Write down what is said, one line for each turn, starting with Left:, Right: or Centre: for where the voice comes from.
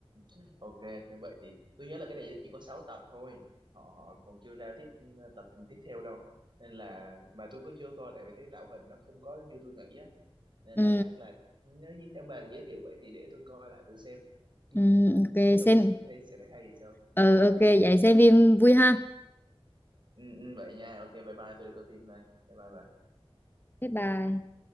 Right: ừ. ok vậy thì tôi nhớ là cái này chỉ có 6 tập thôi họ họ còn chưa ra tiếp ừ, tập tiếp theo đâu nên là mà tôi có chưa coi tại vì thấy tạo hình nó không có như tôi nghĩ á nên
Left: ừ,
Right: là chắc là nếu như theo bà giới thiệu vậy thì để tôi coi lại tôi xem
Left: ừ,
Right: <laughs>
Left: ok
Right: biết đâu
Left: xem
Right: được tôi thấy sẽ thấy hay thì sao ừ,
Left: ừ, ok vậy xem phim vui ha
Right: ừ, vậy nha ok bye bye tôi đi coi phim đây bye bye bà
Left: bye bye